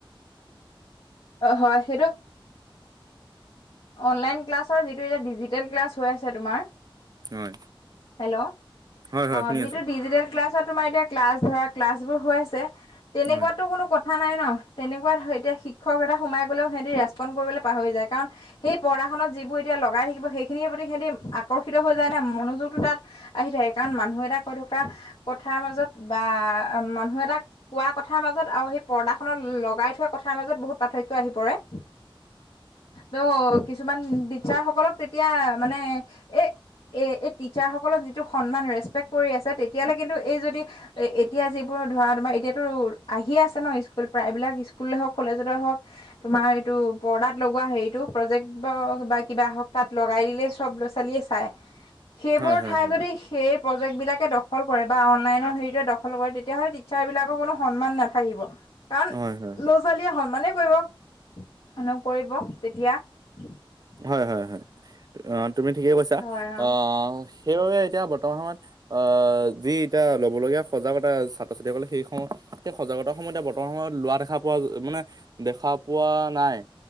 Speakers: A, on the left (about 70°); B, on the right (about 45°).
A: অ' হয়। সেইটো অনলাইন ক্লাছৰ যিটো এতিয়া ডিজিটেল ক্লাছ হয় আছে তোমাৰ।
B: হয়,
A: হেল্ল'!
B: হয়, হয়,
A: অ'
B: শুনি
A: যিটো
B: আছোঁ,
A: ডিজিটেল ক্লাছত তোমাৰ এতিয়া ক্লাছ ধৰা ক্লাছবোৰ হৈ আছে তেনেকুৱাতো
B: হয়।
A: কোনো কথা নাই ন। তেনেকুৱা এতিয়া শিক্ষক এটা সোমাই গ'লেও সিহঁতি ৰেচপণ্ড কৰিবলে পাহৰি যায়। কাৰণ সেই পৰ্দাখনত যিবোৰ এতিয়া লগাই থাকিব, সেইখিনিৰ প্ৰতি সিহঁতি আকৰ্ষিত হৈ যায় নে মনোযোগটো তাত আহি থাকে, কাৰণ মানুহ এটা কৈ থকা কথাৰ মাজত বা মানুহ এটাক কোৱা কথাৰ মাজত আৰু সেই পৰ্দাখনত লগাই থোৱা কথাৰ মাজত বহুত পাৰ্থক্য আহি পৰে। ত' কিছুমান টিচাৰ সকলক তেতিয়া মানে এ এ এই টিচাৰ সকলক যিটো সন্মান ৰেচপেক্ট কৰি আছে। তেত তেতিয়ালেকেটো এই যদি এ-এতিয়া যিবোৰ ধৰা তোমাৰ এতিয়াতো আহিয়ে আছে ন স্কুল প্ৰায়বিলাক স্কুল হওঁক, কলেজতে হওঁক তোমাৰ এইটো, পৰ্দাত লগোৱা হেৰিটো। প্ৰজেক্ট বা, বা কিবা হওক তাত লগাই দিলেই চব ল'ৰা-ছোৱালীয়ে চাই। সেইবোৰ
B: হয়, হয়,
A: ঠাই
B: হয়, হয়,
A: যদি সেই প্ৰজেক্ট বিলাকে দখল কৰে, বা অনলাইনৰ হেৰিয়ৰে দখল কৰে, তেতিয়াহ'লে টিচাৰ বিলাকৰ কোনো সন্মান নাথা কিব। কাৰণ
B: হয়, হয়,
A: ল'ৰা-ছোৱালীয়ে সন্মানে কৰিব, নকৰিব তেতিয়া। <inaudible>
B: হয়, হয়, হয়, অ', তুমি ঠিকেই কৈছা,
A: হয় অ
B: আহ, সেইবাবে এতিয়া বৰ্তমান সময়ত আহ, যি এতিয়া লব লগগীয়া সজাগতা ছাত্ৰ-ছাত্ৰীসকলে সেইসমূহ সেই সজাগতা সমুহ বৰ্তমান সময়ত লোৱা দেখা পোৱা, মানে দেখা পোৱা নাই।